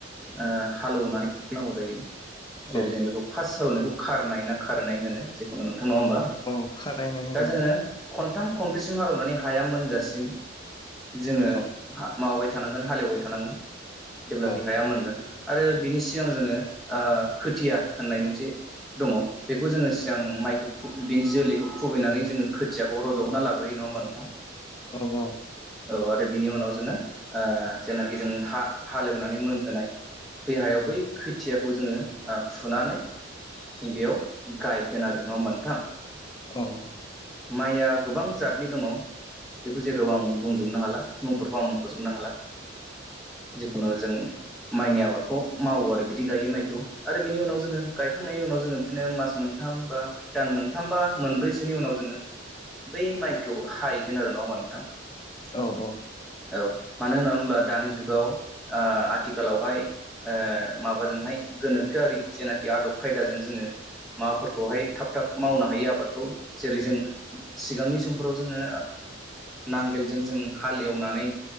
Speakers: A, in the centre; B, on the left.
A: ओ हालेवनानै नांगौ जायो। जेरै-
B: औ
A: जों बेखौ फार्स्ट सालायनायखौ खारनाय ना खारनाय होनो जेखुनु नङा होमबा
B: औ खारायनाय
A: दा
B: होनो
A: जोंङो खनथाम खनब्रैसिम हालेवनानै हाया मोनजासिम जोंङो
B: औ
A: हा माबा थांगोन हालएवबाय थानांगोन जेब्लाखि
B: औ
A: हाया मोनगोन आरो बिनि सिगां जोंङो ओ खोथिया होननाय मोनसे दङ बेखौ जोंङो सिगां माइखौ बिनि जोलैखौ खुबैनानै जोंङो खोथियाखौ रजहोनना लागोन। नंङा होनबा नोंथां?
B: औ औ
A: औ आरो बिनि उनाव जोंङो ओ जेनाखि जों हालेवनानै मोनहोनाय बे हायाव बै खोथियाखौ जोंङो आ फुनानै जों बेयाव गायगोन आरो नंङा होमबा नोंथां।
B: औ औ
A: माइया गोबां जादनि दंङ बेखौ जेराव आं बुंजोबनो हाला मुंफोरखौ आंखजोबनो हाला जिखुनु जों माइनि आबादखौ मावो आरो बिदि गायो माइखौ आरो बिनि उनाव जोङो गायखांनायनि उनाव जोङो बिदिनो मास मोनथाम बा दान मोनथाम बा मोनब्रैसोनि उनाव जोङो‌
B: <inaudible>
A: बै माइखौ हाहैगोन आरो नङा होमबा नोंथां।
B: औ औ।
A: औ मानो होनना बुङोब्ला दानि जुगाव आथिखालावहाय माबाजोंहाय। गोनोखोआरि जेनाखि आदब खायदाजों जोङो माबाफोरखौहाय थाब थाब मावनो हायि आबादखौ जेरै जों सिगांनि समफोराव जोङो। नांगोलजों जों हाल एवनानै